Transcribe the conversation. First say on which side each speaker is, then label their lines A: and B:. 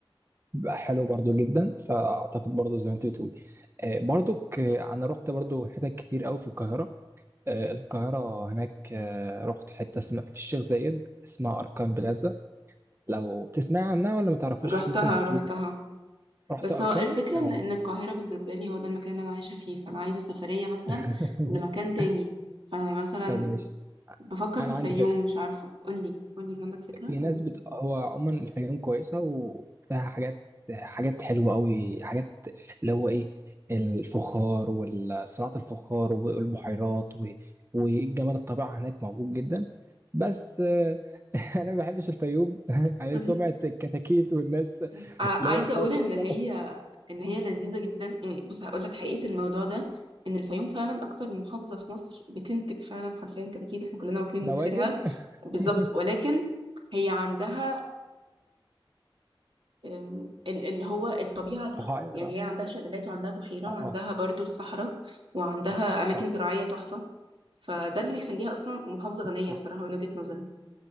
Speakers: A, on the right; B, on the right.
A: بقى حلو برضو جدا فاعتقد برضو زي ما انت بتقول آه، برضو ك- انا رحت برضو حتت كتير قوي في القاهرة آه، القاهرة هناك آه، رحت حتة اسمها في الشيخ زايد اسمها أركان بلازا لو تسمع عنها ولا ما تعرفوش
B: رحتها
A: ممكن أحكي
B: رحتها
A: لك رحت
B: بس
A: أركان
B: هو الفكرة
A: آه.
B: ان إن القاهرة بالنسبة لي هو ده المكان اللي انا عايشة فيه فانا عايزة سفرية مثلا
A: <laughs>
B: لمكان تاني فمثلا
A: طب ماشي
B: بفكر
A: أنا
B: في الفيوم
A: عندي فكرة
B: مش عارفة قولي قولي في عندك فكرة
A: في
B: قولي
A: ناس بت... هو عموما الفيوم كويسة وفيها حاجات حاجات حلوة أوي حاجات اللي هو إيه الفخار وصناعة الفخار والبحيرات و... والجمال الطبيعة هناك موجود جدا بس آه، <laughs> أنا ما بحبش الفيوم <laughs> يعني
B: مهم.
A: سمعة الكتاكيت والناس
B: ع- <laughs>
A: اللي
B: عايزة
A: هو صو
B: اقول
A: صو
B: ان هي
A: صو
B: ان هي لذيذة جدا يعني بص هقول لك حقيقة الموضوع ده ان الفيوم فعلا اكتر محافظة في مصر بتنتج فعلا حرفيا كتاكيت احنا كلنا واكلين
A: دواجن
B: من خيرها
A: <laughs>
B: بالظبط ولكن هي عندها أم، ال- اللي هو الطبيعة تحفة
A: بحيرة
B: يعني هي عندها شلالات وعندها بحيرة
A: اه
B: وعندها برضو الصحراء وعندها
A: اه صح
B: أماكن زراعية تحفة فده اللي بيخليها أصلا محافظة غنية
A: صح
B: بصراحة من وجهة نظري